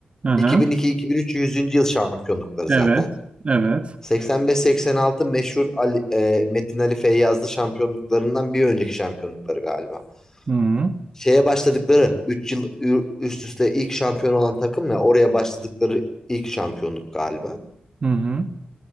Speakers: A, on the right; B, on the left.
A: Hı hı.
B: 2002-2003 yüzüncü yıl şampiyonlukları
A: Evet.
B: zaten.
A: Evet.
B: 85-86 meşhur Ali- e, Metin Ali Feyyazlı şampiyonluklarından bir önceki şampiyonlukları galiba.
A: Hı hı.
B: Şeye başladıkları 3 yıl ü- üst üste ilk şampiyon olan takım ya oraya başladıkları ilk şampiyonluk galiba.
A: Hı hı.